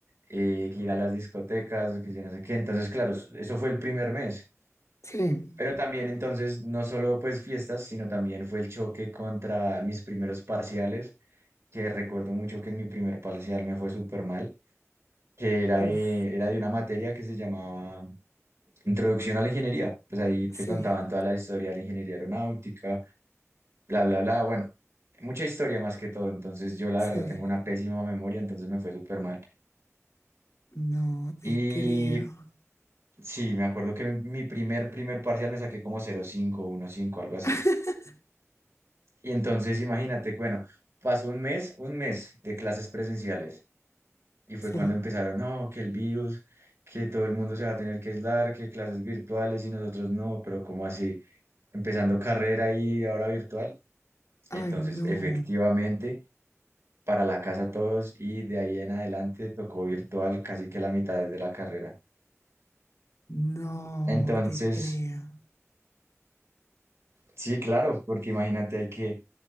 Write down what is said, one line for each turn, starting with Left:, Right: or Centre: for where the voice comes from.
Right: eh, que ir a las discotecas, que yo no sé qué. Entonces, claro, eso fue el primer mes.
Left: Sí,
Right: Pero también entonces, no solo pues fiestas, sino también fue el choque contra mis primeros parciales, que recuerdo mucho que en mi primer parcial me fue súper mal. que era de,
Left: uf,
Right: era de una materia que se llamaba Introducción a la Ingeniería. Pues ahí te
Left: sí,
Right: contaban toda la historia de la ingeniería aeronáutica, bla, bla, bla. Bueno, mucha historia más que todo. Entonces yo la
Left: sí.
Right: verdad tengo una pésima memoria, entonces me fue súper mal.
Left: No te
Right: Y
Left: creo.
Right: sí, me acuerdo que mi primer, primer parcial me saqué como 0.5, cinco algo así.
Left: <laughs>
Right: Y entonces imagínate, bueno, pasó un mes, un mes de clases presenciales. Y fue
Left: Sí.
Right: cuando empezaron, no, que el virus, que todo el mundo se va a tener que aislar, que clases virtuales y nosotros no, pero cómo así? Empezando carrera y ahora virtual. Entonces,
Left: Ay, no,
Right: efectivamente, para la casa todos y de ahí en adelante tocó virtual casi que la mitad de la carrera.
Left: no
Right: Entonces,
Left: te creo.
Right: sí, claro, porque imagínate ahí que,